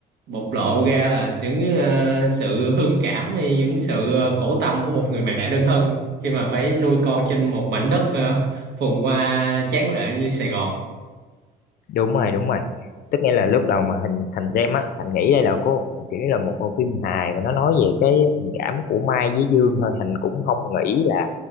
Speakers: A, on the right; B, on the left.
A: bộc lộ ra là những ờ, sự hương cảm hay những sự ờ, khổ tâm của một người mẹ đơn thân khi mà phải nuôi con trên một mảnh đất ờ, phồn hoa tráng lệ như Sài Gòn
B: đúng rồi đúng rồi tức nghĩa là lúc đầu mà Thành Thành xem á Thành nghĩ đây là có một- kiểu như là một bộ phim hài và nó nói về cái tình cảm của Mai với Dương thôi Thành cũng không nghĩ là